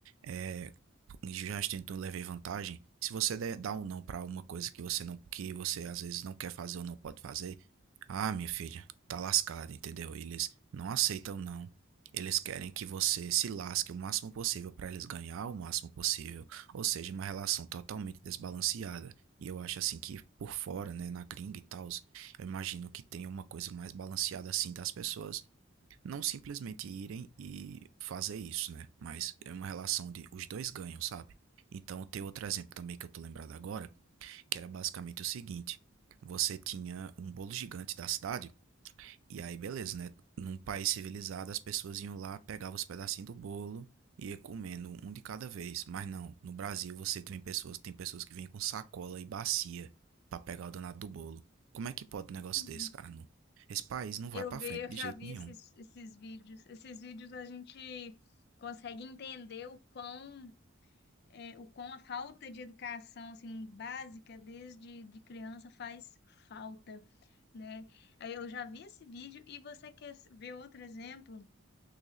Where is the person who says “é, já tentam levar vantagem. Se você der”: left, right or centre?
Right